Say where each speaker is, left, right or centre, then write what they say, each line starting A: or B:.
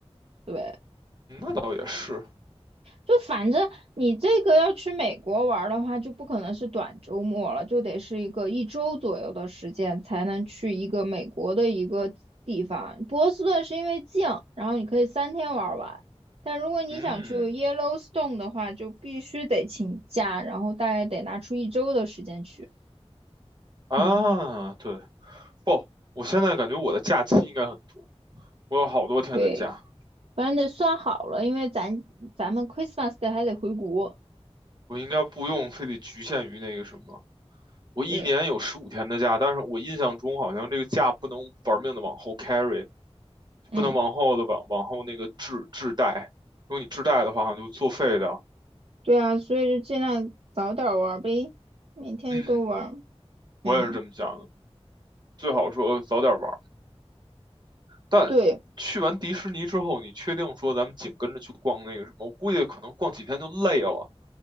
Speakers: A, on the right; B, on the right.
A: 对，
B: 那倒也是，
A: 就反正你这个要去美国玩儿的话，就不可能是短周末了，就得是一个一周左右的时间才能去一个美国的一个地方。波士顿是因为近，然后你可以三天玩儿完，但如果你想去
B: 嗯
A: Yellowstone 的话，就必须得请假，然后大概得拿出一周的时间去。
B: 啊，
A: 嗯，
B: 对，不，我现在感觉我的假期应该很多，我有好多天的假，
A: 对。反正得算好了，因为咱咱们 Christmas d 还得回国。
B: 我应该不用非得局限于那个什么。我一年有十五天的假，
A: 对，
B: 但是我印象中好像这个假不能玩命的往后 carry，
A: 嗯，
B: 不能往后的往往后那个滞滞带。如果你滞带的话，好像就作废的。
A: 对啊，所以就尽量早点玩儿呗，每天都玩儿
B: 嗯，我也是这么想的。
A: 嗯，
B: 最好说早点玩，但去完迪士尼之后，
A: 对。
B: 你确定说咱们紧跟着去逛那个什么？我估计可能逛几天就累了。